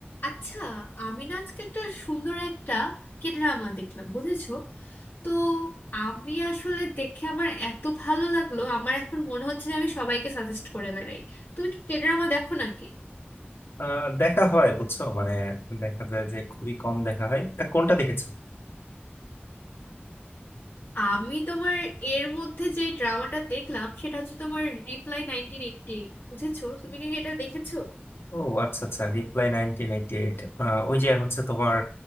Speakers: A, on the left; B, on the left.
A: আচ্ছা আমি না আজকে একটা সুন্দর একটা কে ড্রামা দেখলাম বুঝেছো তো আমি আসলে দেখে আমার এত ভালো লাগলো আমার এখন মনে হচ্ছে যে আমি সবাইকে সাজেস্ট করে বেড়াই তুমি কি কে ড্রামা দেখো নাকি
B: আহ, দেখা হয় বুঝছো মানে দেখা যায় যে খুবই কম দেখা হয় তা কোনটা দেখেছো
A: আমি তোমার এর মধ্যে যে ড্রামাটা দেখলাম সেটা হচ্ছে তোমার রিপ্লাই নাইনটিন এইটটি এইট, বুঝেছো তুমি কি এটা দেখেছো
B: ও আচ্ছা আচ্ছা রিপ্লাই নাইনটিন এইটি এইট ওই যে হচ্ছে তোমার